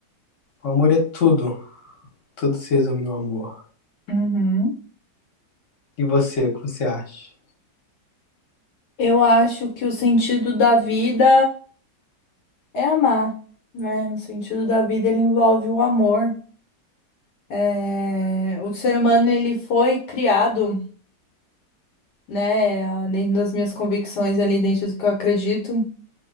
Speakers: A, on the left (about 50°); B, on the left (about 70°).
A: o amor é tudo. Tudo se resume no amor.
B: Uhum.
A: E você, o que você acha?
B: Eu acho que o sentido da vida é amar, né? O sentido da vida ele envolve o amor. É, O ser humano ele foi criado, né? a- Dentro das minhas convicções ali, dentro do que eu acredito, o